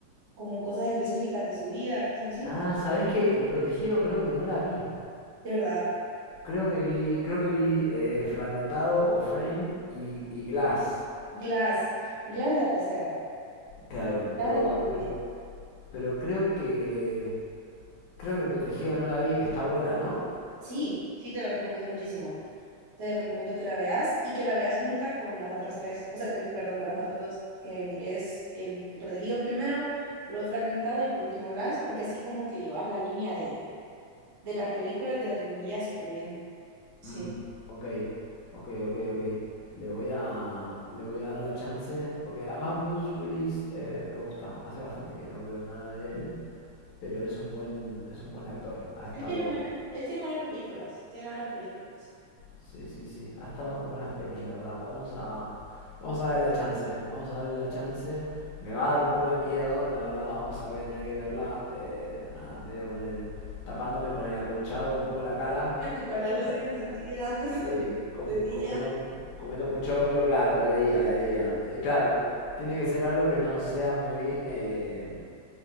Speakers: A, on the right (about 60°); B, on the left (about 75°).
A: como cosas específicas de su vida, cosas así.
B: Ah, ¿sabés qué? El protegido creo que no la vi.
A: De verdad,
B: Creo que vi, creo que vi eh, Fragmentado o Frame y, y Glass.
A: Glass, Glass es la tercera,
B: Claro,
A: Glass
B: pero,
A: es la última.
B: pero, pero creo que. Creo que el protegido no la vi. Está buena, ¿no?
A: Sí, sí, te la recomiendo muchísimo. Te recomiendo que la veas y que la veas junta con las otras tres, o sea, pe- perdón, con las otras dos, que mires el el protegido primero, luego fragmentado y por último Glass, porque así como que llevas la línea de de las películas de la trilogía súper bien. Sí.
B: Mm, ok, ok, ok, ok. Le voy a. Le voy a dar la chance. Porque además Bruce Willis eh, me gusta. Hace bastante que no veo nada de él. Pero es un buen. Es un buen actor. Ha estado.
A: Él tiene buena- él tiene buenas películas, tiene buenas películas.
B: Sí, sí, sí. Ha estado en buenas pelis, la verdad. Vamos a, vamos a darle la chance. Vamos a darle la chance. Me va a dar un poco de miedo, la verdad. O sea, voy a tener que verla, eh, nada, medio con el, tapándome con el acolchado un poco la cara.
A: <laughs> Con las
B: Eh,
A: luces encendidas <laughs>
B: sí, com-
A: de día.
B: comiendo, comiendo pochoclo, claro, de día, de día. Eh, claro, tiene que ser algo que no sea muy, eh,